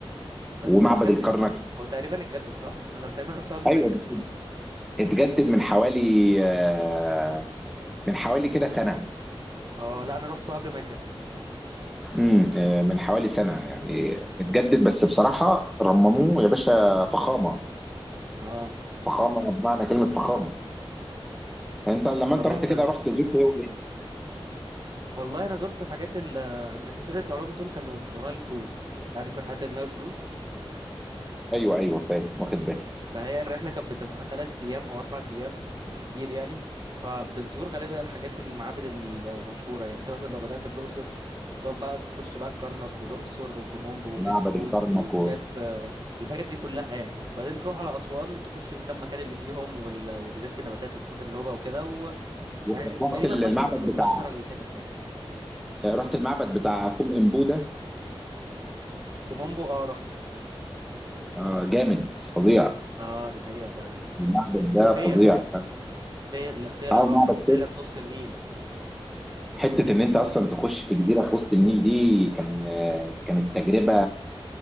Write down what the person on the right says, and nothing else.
بس
هو اتجدد
هو تقريبا اتجدد صح؟ انا تقريبا رحته قبل
ما يتجدد
اه لا انا رحته قبل ما يتجدد
اه
طب
انت
والله انا زرت الحاجات ال انا رحلتين العلوم دول كانوا كانوا نايل كروز انت عارف رحلات النايل كروز
فهي الرحله كانت بتبقى ثلاث ايام او اربع ايام بالكتير يعني فبتزور غالبا الحاجات المعابد المشهوره يعني انت مثلا لو بدات بالاقصر تقعد بقى تخش بقى الكرنك والاقصر وكومومبو
وادفو
الحاجات
الحاجات دي كلها يعني بعدين تروح على اسوان تخش الكام مكان اللي فيهم وال- وجزيره النباتات وتروح النوبه وكده و...
يعني تقريبا
اشهر
اشهر الحتت يعني
كومومبو اه رحت
اه دي حقيقة فعلا
وفيلة
في... لا فيلة
رائع
فيلة في نص النيل